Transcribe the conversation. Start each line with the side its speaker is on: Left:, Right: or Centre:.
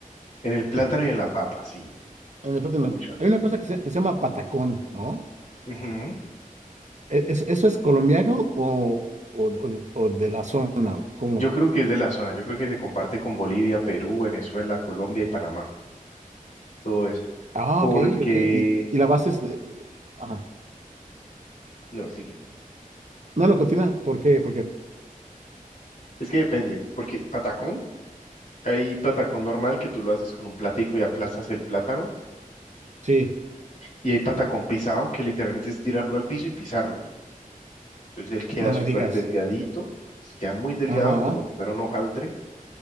Left: en el plátano y en la papa, sí,
Right: En el plátano.
Left: muchos.
Right: Hay una cosa que se, que se llama patacón, ¿no?
Left: Ujú.
Right: ¿E- ¿Eso, eso es colombiano o, o, o de o de la zona? ¿Cómo
Left: Yo
Right: es?
Left: creo que es de la zona, yo creo que se comparte con Bolivia, Perú, Venezuela, Colombia y Panamá, todo eso.
Right: Ah,
Left: Porque,
Right: ok, ok. Y, y la base es de... Ajá.
Left: no, sigue.
Right: No, no, continúa. ¿Por qué? Porque
Left: Es que depende, porque patacón, hay patacón normal que tú lo haces con un platico y aplastas el plátano,
Right: sí,
Left: y hay patacón pisado que literalmente es tirarlo al piso y pisarlo. Entonces él queda
Right: no
Left: súper
Right: me digas.
Left: delgadito, queda muy delgado
Right: Ajá,
Left: como si fuera un hojaldre,